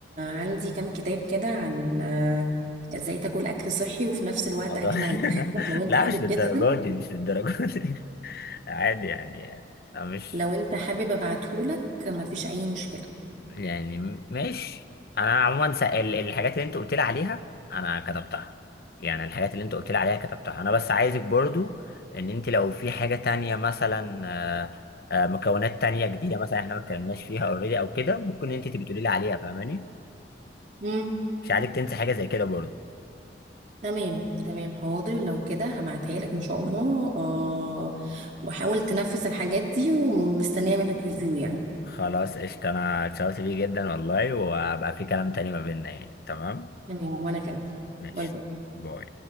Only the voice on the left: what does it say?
الموضوع
<laughs>
لا
مش للدرجات
دي مش للدرجات دي <laughs> عادي يعني أنا مش
يعني ماشي انا عموما س- ال- الحاجات اللي انت قلت لي عليها انا كتبتها يعني الحاجات اللي انت قلت لي عليها كتبتها انا بس عايزك برضو ان انت لو في حاجة تانية مثلا آه، آه، مكونات تانية جديدة مثلا احنا ما اتكلمناش فيها اوريدي او كده ممكن انت تبقي تقولي لي عليها فاهماني
مش عايزك تنسى حاجة زي كده برضو
خلاص قشطة انا اتشرفت بيه جدا والله وهبقى في كلام تاني ما بيننا يعني تمام
ماشي
باي